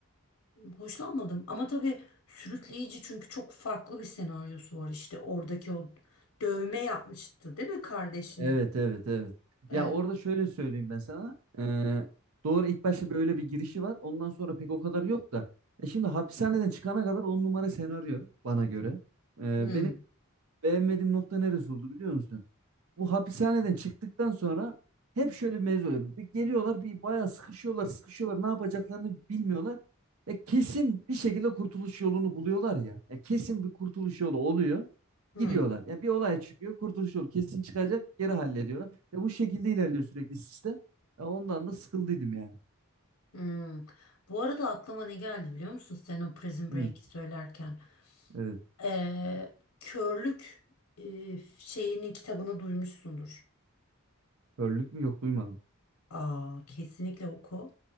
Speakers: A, on the left (about 80°); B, on the right (about 80°).
A: hoşlanmadım. Ama tabii sürükleyici çünkü çok farklı bir senaryosu var işte. Oradaki o dövme yapmıştı değil mi kardeşinin?
B: Evet evet evet.
A: Evet.
B: Ya orada şöyle söyleyeyim ben sana. Ee, doğru ilk başta böyle bir girişi var. Ondan sonra pek o kadar yok da. E şimdi hapishaneden çıkana kadar on numara senaryo bana göre. Ee,
A: Hmm,
B: benim beğenmediğim nokta neresi oldu biliyor musun? bu hapishaneden çıktıktan sonra hep şöyle bir mevzu oluyor. Bir Geliyorlar bir bayağı sıkışıyorlar, sıkışıyorlar. Ne yapacaklarını bilmiyorlar. Ya kesin bir şekilde kurtuluş yolunu buluyorlar ya. Ya kesin bir kurtuluş yolu oluyor.
A: hmm,
B: Gidiyorlar. Ya bir olay çıkıyor, kurtuluş yolu kesin çıkacak, geri hallediyorlar. Ya bu şekilde ilerliyor sürekli sistem. Ya ondan da sıkıldıydım yani.
A: hmm. Bu arada aklıma ne geldi biliyor musun sen o Prison
B: Hı,
A: Break'i söylerken?
B: evet.
A: Ee, Körlük e, şeyinin kitabını duymuşsundur.
B: Körlük mü yok duymadım.
A: Aa, kesinlikle oku.